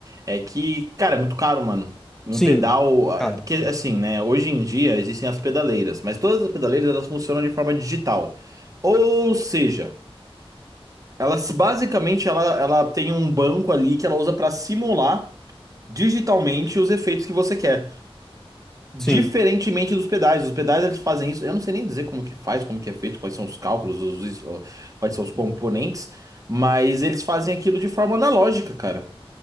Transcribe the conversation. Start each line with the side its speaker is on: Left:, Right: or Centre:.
Right: é que, cara, é muito caro, mano. Um
Centre: Sim,
Right: pedal. ah,
Centre: cara.
Right: é Porque, assim, né, hoje em dia existem as pedaleiras, mas todas as pedaleiras elas funcionam de forma digital. Ou seja, ela se- basicamente ela, ela tem um banco ali que ela usa para simular digitalmente os efeitos que você quer. Diferentemente
Centre: Sim.
Right: dos pedais, os pedais eles fazem isso. Eu não sei nem dizer como que faz, como que é feito, quais são os cálculos, os, is- ó, quais são os componentes, mas eles fazem aquilo de forma analógica, cara.